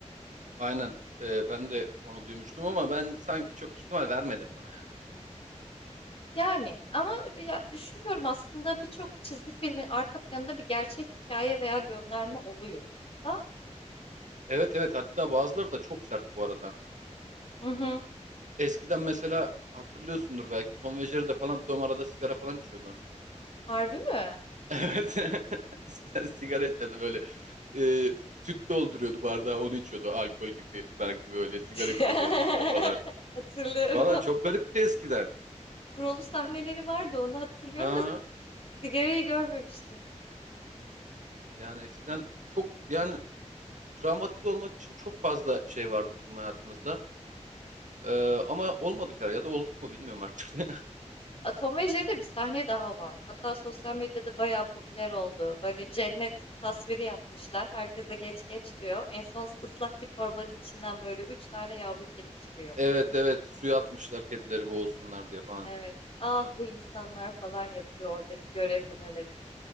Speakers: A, on the right; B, on the left.
A: Aynen. Ee, ben de onu duymuştum ama ben sanki çok ihtimal vermedim buna ya.
B: Yani ama ya düşünüyorum aslında birçok çizgi filmin arka planında bir gerçek hikaye veya gönderme oluyor da.
A: Evet evet hatta bazıları da çok sert bu arada.
B: Hı hı.
A: Eskiden mesela hatırlıyorsundur belki Tom ve Jerry'de falan Tom arada sigara falan içiyordu.
B: Harbi mi?
A: <laughs> Evet. <laughs> Eskiden sigara içiyordu böyle. Ee, süt dolduruyordu bardağı onu içiyordu alkol gibi sanki böyle sigara
B: <laughs>
A: içiyordu yanında falan.
B: Hatırlıyorum.
A: Valla çok garipti eskiden.
B: Prolu sahneleri vardı onu hatırlıyorum
A: Ha
B: da sigarayı görmemiştim.
A: yani eskiden çok yani travmatize olmak için çok fazla şey vardı bizim hayatımızda. Ee, ama olmadı kar ya da olduk mu bilmiyorum artık. <laughs>
B: A, Tom ve Jerry'de bir sahne daha var. Hatta sosyal medyada bayağı popüler oldu. Böyle cennet tasviri yapmışlar. Herkese geç geç diyor. En son ıslak bir torbanın içinden böyle üç tane yavru kedi çıkıyor.
A: Evet evet suya atmışlar kedileri boğulsunlar diye falan.
B: Evet. Ah bu insanlar falan yapıyor oradaki görevli melek.